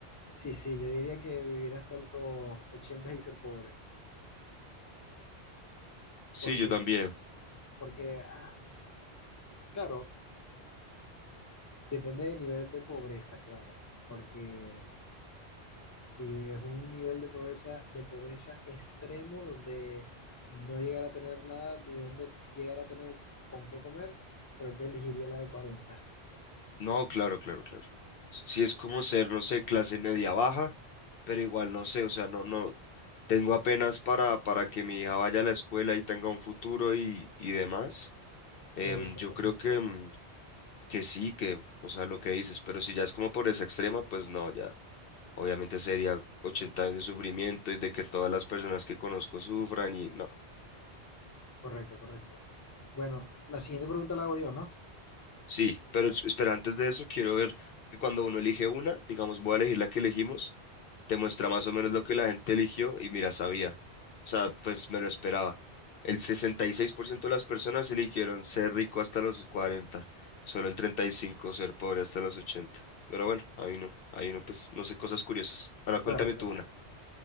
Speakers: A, on the left; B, on the left.
A: sí, sí, yo diría que vivir hasta los 80 y ser pobre.
B: Sí,
A: Porque,
B: yo también.
A: porque, ah, claro, depende del nivel de pobreza, claro. Porque Sí, es un nivel de pobreza, de pobreza extremo donde no llegar a tener nada ni donde llegar a tener con qué comer, creo que elegiría la de cuarenta.
B: No, claro, claro, claro. Si es como ser, no sé, clase media baja pero igual no sé, o sea, no, no, tengo apenas para, para que mi hija vaya a la escuela y tenga un futuro y, y demás. Em,
A: Eh, Exactamente.
B: yo creo que, mm, que sí, que, o sea, lo que dices, pero si ya es como por esa extrema, pues no, ya, obviamente sería 80 años de sufrimiento y de que todas las personas que conozco sufran y no.
A: Correcto, correcto. Bueno, la siguiente pregunta la hago yo, ¿no?
B: Sí, pero es- espera, antes de eso quiero ver que cuando uno elige una, digamos, voy a elegir la que elegimos, te muestra más o menos lo que la gente eligió y mira, sabía. O sea, pues me lo esperaba. El 66% de las personas eligieron ser rico hasta los cuarenta solo el 35% ser pobre hasta los ochenta Pero bueno, ahí no, ahí no, pues no sé, cosas curiosas. Ahora cuéntame
A: Claro, claro.
B: tú una.